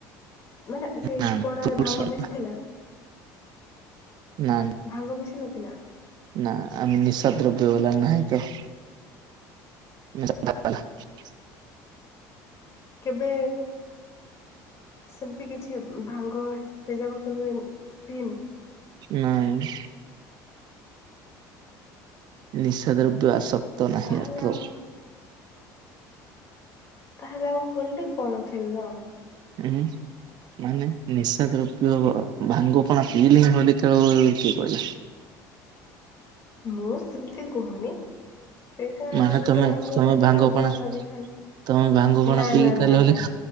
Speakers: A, on the left; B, on the right.
A: ମାନେ ସେଇ
B: ନା ନା
A: ପଣାରେ
B: ଫ୍ରୁଟସ
A: ଭାଙ୍ଗ
B: ବାଲା
A: ମିଶ୍ଥିଲା?
B: ନା ନା।
A: ଭାଙ୍ଗ ମିଶି ନଥିଲା?
B: ନା ଆମେ ନିଃଶା ଦ୍ରବ୍ୟ ବାଲା ନାହିଁ ତ। <unintelligible>
A: କେବେ ସେମ୍ତି କିଛି ଭାଙ୍ଗ ସେ ଯାକ କେବେ ପିଇନ?
B: ନାଇଁ। ନିଃସା ଦ୍ରବିୟ ଆସକ୍ତ ନାହିଁ
A: ତାହେଲେ
B: ଆଟ୍ରୋପ୍।
A: ଆଉ ତାହେଲେ ଆଉ ହୋଲି କଣ ଖେଲ?
B: ଉଁ ହୁଁ। ମାନେ ନିଶା ଦ୍ରବ୍ୟହବ ଭାଙ୍ଗ ପଣା ପିଇଲେ ହିଁ ହୋଲି ଖେଳ ହୁଏ ବୋଲି କିଏ କହିଲା?
A: ମୁଁ ସେମ୍ତି କହୁନି। ସେଇଟା
B: ମାନେ
A: ଗୋଟେ
B: ତମେ
A: ଅଲ୍ଗା
B: ତମେ
A: ପ୍ରକାର
B: ଭାଙ୍ଗ
A: ମଜା
B: ପଣା
A: ଲାଗିଥାଏ।
B: ତମେ ଭାଙ୍ଗ ପଣା
A: ନା
B: ପିଇକି
A: ନା
B: ତାହେଲେ
A: ନା
B: ହୋଲି
A: ନା